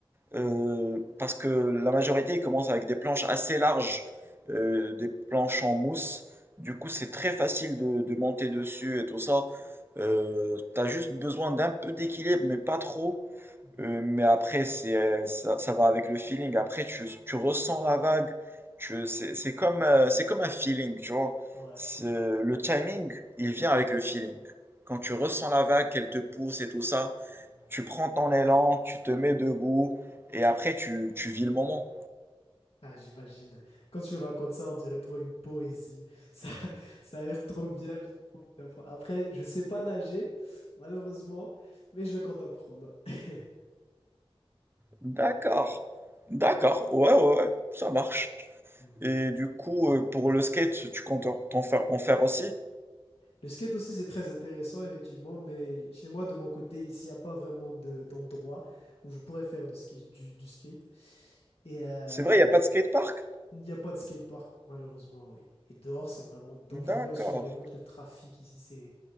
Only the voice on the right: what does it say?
Euh, parce que la majorité, ils commencent avec des planches assez larges, euh, des planches en mousse. Du
coup, c'est très facile de, de monter dessus et tout ça. Euh, t'as juste besoin d'un peu d'équilibre, mais pas trop.
Euh, mais après, c'est, euh, ça, ça va avec le feeling. Après, tu, tu ressens la vague. Tu, c'est, c'est comme, euh, c'est comme un feeling, tu vois.
C'est- Le timing, il vient avec le feeling. Quand tu ressens la vague, qu'elle te pousse et tout ça,
tu prends ton élan, tu te mets debout, et après, tu, tu vis le moment.
D'accord. D'accord. Ouais, ouais, ouais. Ça marche.
Et du coup, euh, pour le skate, tu comptes en t'en faire, en faire aussi?
C'est vrai, il n'y a pas de skatepark?
D'accord.